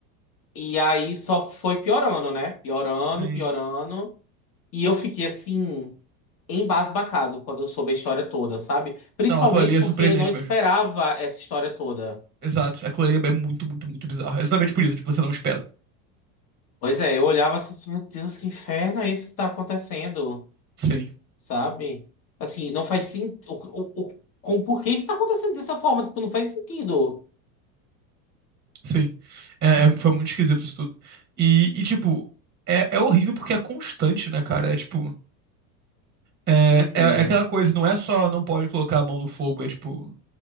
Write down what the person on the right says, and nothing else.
Sim.
Não, aquilo ali é
surpreendente
mesmo.
Exato. Aquilo ali é muito, muito, muito bizarro. É Exatamente por isso, tipo, você não espera.
Sim,
sim. É, é- foi muito esquisito isso tudo. E, e, tipo, é, é horrível porque é constante, né, cara? É tipo. É,
é, é aquela coisa, não é só não pode colocar a mão no fogo, é tipo.